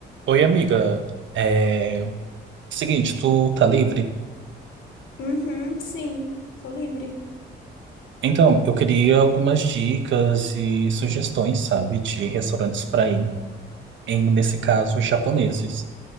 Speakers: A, on the right; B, on the left.
A: Oi, amiga. É... Seguinte, tu tá livre?
B: Uhum, sim, tô livre.
A: Então, eu queria algumas dicas e sugestões, sabe, de restaurantes pra ir. Em, nesse caso, japoneses.